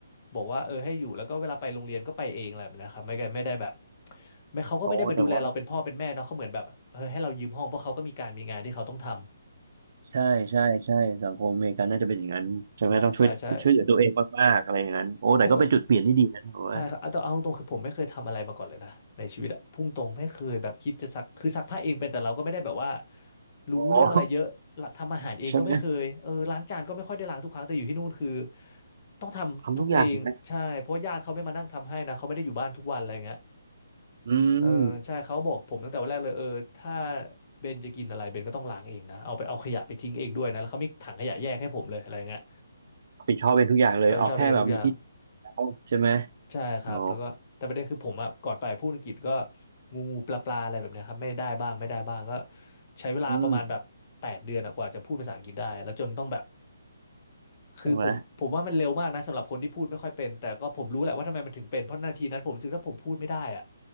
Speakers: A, on the left (about 35°); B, on the right (about 55°).
A: บอกว่าเออให้อยู่แล้วก็เวลาไปโรงเรียนก็ไปเองอะไรแบบนะครับไม่ได้ไม่ได้แบบไม่เขาก็ไม่ได้มาดูแลเราเป็นพ่อเป็นแม่เนาะเขาเหมือนแบบเออให้เรายืมห้องเพราะเขาก็มีการมีงานที่เขาต้องทำ
B: โอ้แต่ว่าใช่ใช่ใช่สังคมอเมริกันน่าจะเป็นอย่างนั้นใช่ไหมต้องช่วยช่วยเหลือตัวเองมากๆอะไรอย่างนั้นโอ้แต่ก็เป็นจุดเปลี่ยนที่ดีนะผมว่า
A: ใช่ใช่ใช่ ใช่ครับเอาแต่เอาตรงๆคือผมไม่เคยทำอะไรมาก่อนเลยนะในชีวิตอะพุ่งตรงไม่เคยแบบคิดจะซักคือซักผ้าเองเป็นแต่เราก็ไม่ได้แบบว่ารู้เรื่องอะไรเยอะละทำอาหารเองก็ไม่เคยเออล้างจานก็ไม่ค่อยได้ล้างทุกครั้งแต่อยู่ที่นู่นคือ
B: โอ้ใช่ไหม
A: ต้องทำทุกเองใช่เพราะว่าญาติเขาไม่มานั่งทำให้นะเขาไม่ได้อยู่บ้านทุกวันอะไรเงี้ย
B: ทำทุกอย่างนะอืม
A: เออใช่เขาบอกผมตั้งแต่วันแรกเลยเออถ้าเบนจะกินอะไรเบนก็ต้องล้างเองนะเอาไปเอาขยะไปทิ้งเองด้วยนะแล้วเขามีถังขยะแยกให้ผมเลยอะไรเงี้ย
B: รับผิดชอบเป็นทุกอย่างเลยเอาแค่แบบมีที่อยู่แล้วใช่ไหม
A: รับผิดชอบเองทุกอย่าง ใช่ครับแล้วก็แต่ประเด็นคือผมอะก่อนไปพูดอังกฤษก็
B: โอ้
A: งูงูปลาปลาอะไรแบบเนี้ยครับไม่ได้บ้างไม่ได้บ้างก็ใช้เวลาประมาณแบบแปดเดือนอะกว่าจะพูดภาษาอังกฤษได้แล้วจนต้องแบบ
B: อืม
A: คือผมผมว่ามันเร็วมากนะสำหรับคนที่พูดไม่ค่อยเป็นแต่ก็ผมรู้แหละว่าทำไมมันถึงเป็นเพราะนาทีนั้นผมรู้สึกถ้าผมพูดไม่ได้อะ
B: ใช่ไหม